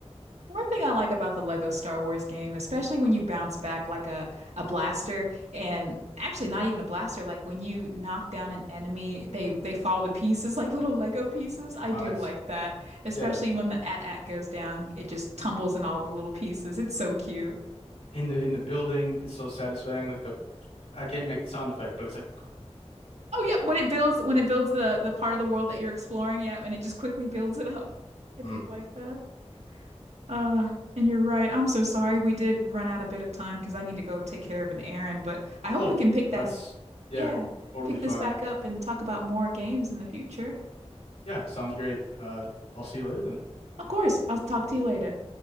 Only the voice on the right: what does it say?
One thing I like about the Lego Star Wars game, especially when you bounce back like a, a blaster, and actually not even a blaster, like when you knock down an enemy, they they fall to pieces <laughs> like little Lego pieces. I
do
like that, especially
when the AT-AT goes down, it just tumbles in all the little pieces. It's so cute.
Oh, yep, when it builds when it builds the the part of the world that you're exploring, yeah, and it just quickly builds it up. I
do like that. Uh, and you're right. I'm so sorry. We did run out a bit of time because I need to go take care of an errand, but I hope
we can pick that
Yeah,
pick
this back up and talk about more games in the future.
Of course, I'll talk to you later.